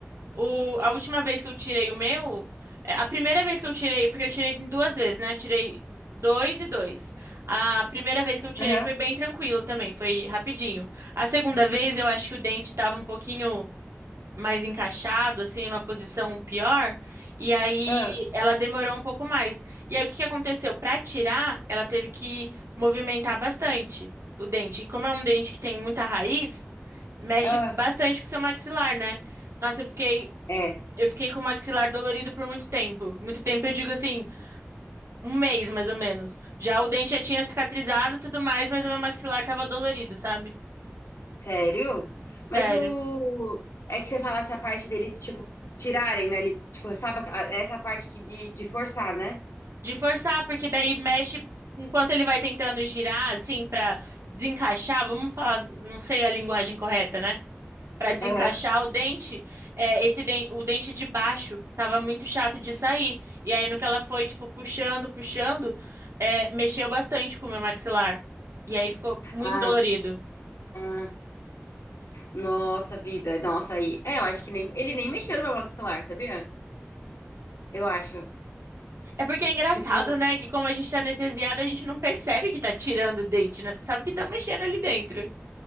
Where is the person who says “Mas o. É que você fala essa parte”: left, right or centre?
Left